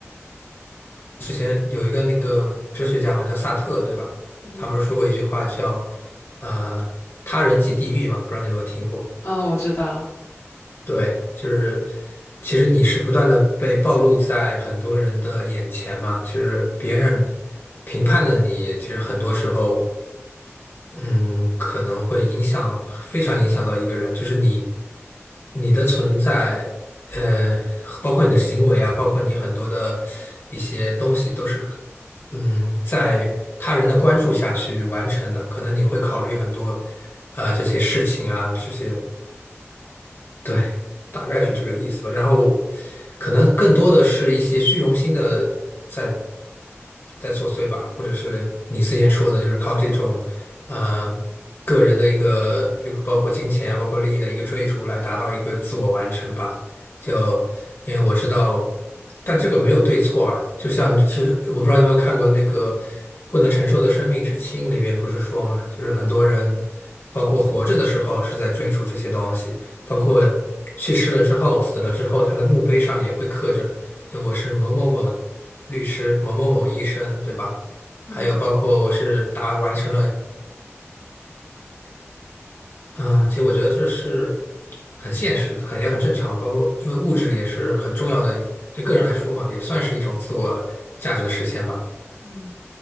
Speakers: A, on the left (about 50°); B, on the left (about 75°).
A: 之前有一个那个哲学家嘛，叫萨特，对吧？
B: 嗯嗯，
A: 他不是说过一句话叫呃“他人即地狱”嘛，不知道你有没有听过？
B: 嗯，我知道，
A: 对，就是其实你是不断的被暴露在很多人的眼前嘛，就是别人评判的你，其实很多时候。嗯，可能会影响，非常影响到一个人，就是你，你的存在，呃，包括你的行为啊，包括你很多的一些东西，都是，嗯，在他人的关注下去完成的。可能你会考虑很多，呃，这些事情啊，这些。对，大概是这个意思吧。然后，可能更多的是一些虚荣心的在在作祟吧，或者是你之前说的，就是靠这种呃个人的一个，比如包括金钱啊，包括利益的一个追逐，来达到一个自我完成吧。就因为我知道，但这个没有对错啊。就像是我不知道有没有看过那个《不能承受的生命之轻》里面不是说嘛，就是很多人包括活着的时候是在追逐这些东西。包括去世了之后、死了之后，他的墓碑上也会刻着，就我是某某某律师、某某某医生，对吧？还有包括我是达完成了，
B: 嗯
A: 嗯，其实我觉得这是很现实的，很也很正常吧。包括因为物质也是很重要的，对个人来说嘛，也算是一种自我价值的实现吧。
B: 嗯。